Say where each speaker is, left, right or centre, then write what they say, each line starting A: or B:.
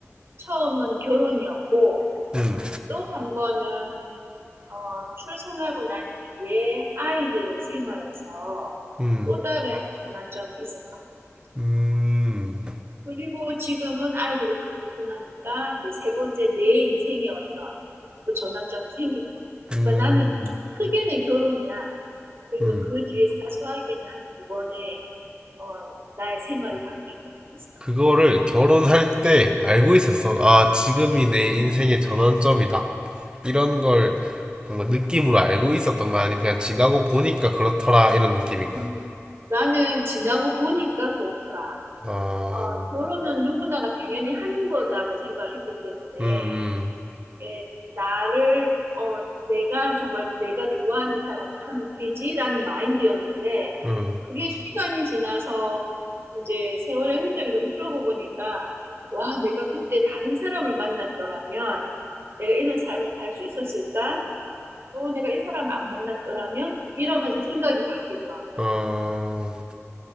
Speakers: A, on the right; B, on the right.
A: 처음은 결혼이었고
B: 음,
A: 또 한 번은 어, 출산하고 난 뒤에 아이들의 생활에서
B: 음,
A: 또 다른 전환점이 있었던 것 같아요.
B: 음,
A: 그리고 지금은 아이들이 다 크고 나니까 이제 세 번째 내 인생의 어떤 또 전환점이 생긴 거야.
B: 음,
A: 그러니까 나는 크게는 결혼이야. 그리고
B: 음.
A: 그 뒤에 사소하게는 한 두 번의 어, 나의 생활이 바뀐 거는 있어.
B: 그거를 결혼할 때 알고 있었어. 아,
A: 음.
B: 지금이 내 인생의 전환점이다. 이런 걸 뭔가 느낌으로 알고 있었던 거야? 아니면 그냥 지나고 보니까 그렇더라, 이런 느낌인
A: 음,
B: 거야?
A: 나는 지나고 보니까 그렇더라.
B: 아,
A: 어, 결혼은 누구나가 당연히 하는 거다고 생각을 했기 때문에,
B: 음,
A: 예, 나를, 어, 내가 정말 내가 좋아하는 사람을 하면 되지라는 마인드였는데,
B: 음,
A: 그게 시간이 지나서 이제 세월의 흔적이 좀 흐르고 보니까, 와, 내가 그때 다른 사람을 만났더라면, 내가 이런 삶을 살 수 있었을까? 또 내가 이 사람을 안 만났더라면, 이러면서 생각이 바뀌더라고.
B: 음, 어,